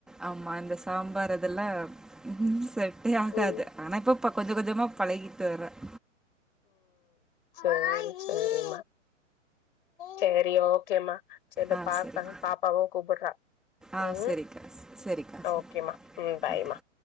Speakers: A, in the centre; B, on the left.
A: ஆமா இந்த சாம்பார் இதெல்லாம் செட். செட்டே ஆகாது
B: ம்
A: ஆனா இப்ப கொஞ்சம் கொஞ்சமா பழகிட்டு வரறேன்.
B: சரி சரி. சரி ஓகேமா. சரி
A: ஆ
B: பாக்கனும்
A: சரிக்கா
B: பாப்பாவும் கூப்பிடுறா.
A: ஆ
B: உம்
A: சரிக்கா சரிக்கா சரி
B: ஓகேம்மா உம் பாய்மா.
A: ஆ